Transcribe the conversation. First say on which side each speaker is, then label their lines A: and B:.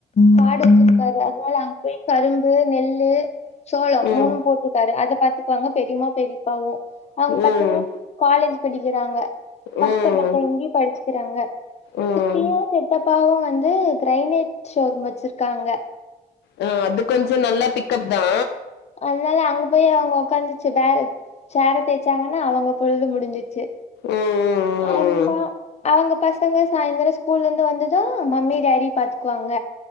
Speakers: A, on the left; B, on the left.
A: கா சிருக்காரு அதனால அங்க போய் கரும்பு நெல்லு சோளோ
B: ம்
A: மூணும் போட்டிருக்காரு அத பாத்து காங்க பெரிமா பெரிப்பாவு அவுங்க
B: ம்
A: பசங்க காலேஜ் படிக்கிறாங்க ஹாஸ்டல்ல
B: ம்
A: தங்கி படிச்சுக்கிறாங்க
B: ம்
A: சித்தியு சித்தப்பாவு வந்து கிரைனைட் ஷோரூம் வச்சிருக்காங்க
B: ஆ அது கொஞ்ச நல்லா பிக்கப் தா
A: அதுனால அங்க போய் அவங்க உக்காந்துச்சு பே சேர தேய்ச்சாங்கன்னா அவங்க பொழுது முடிஞ்சிச்சு
B: ம்
A: ஆம்மா அவுங்க பசங்க சாய்ந்திர ஸ்கூல்ல இருந்து வந்தது மம்மி டடி பாத்துக்குவாங்க